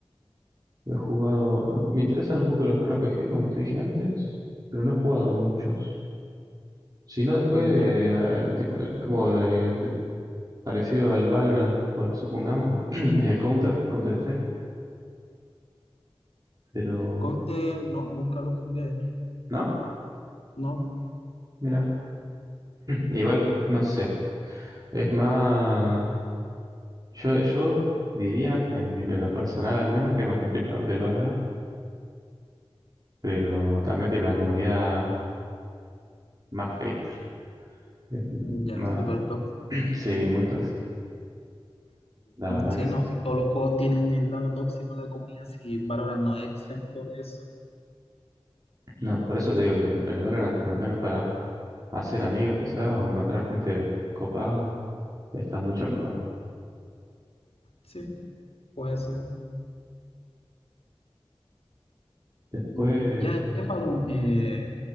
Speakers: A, on the right; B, on the left.
A: He jugado. Me interesan un poco los RPG, como te dije antes, pero no he jugado a muchos. Si no, después,
B: Mm,
A: eh,
B: Ya.
A: al tipo, el modo de- de- parecido al Valorant, bueno, supongamos, <clears throat> es el Counter, Counter-Strike, pero.
B: Counter, no, nunca lo jugué,
A: ¿No?
B: no.
A: Mira. Igual, no sé. Es más. Yo, yo diría, en, en lo personal al menos, que es más complicado que el Valorant, pero también tiene una comunidad más hater. Es
B: Mm, Ya,
A: más,
B: súper tóxico.
A: <clears throat> sí, muy tóxica, la
B: Mm,
A: verdad
B: Sí,
A: que sí.
B: no, si todos los juegos tienen el lado tóxico de la comunidad, si Valorant no es exento de eso.
A: No, por eso te digo que el Valorant, al menos para hacer amigos quizás o encontrar gente copada, está mucho mejor.
B: Sí, puede ser.
A: Después...
B: Mm, Ya, Estefano, eh,